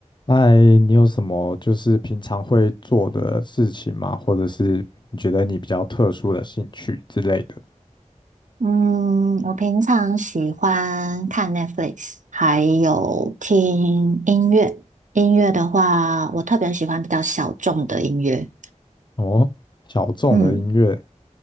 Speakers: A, on the left; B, on the right.
A: 嗨，你有什么就是平常会做的事情吗？或者是你觉得你比较特殊的兴趣之类的？
B: 嗯，我平常喜欢看 Netflix，还有听音乐。音乐的话，我特别喜欢比较小众的音乐，
A: 哦，小众的音乐，
B: 嗯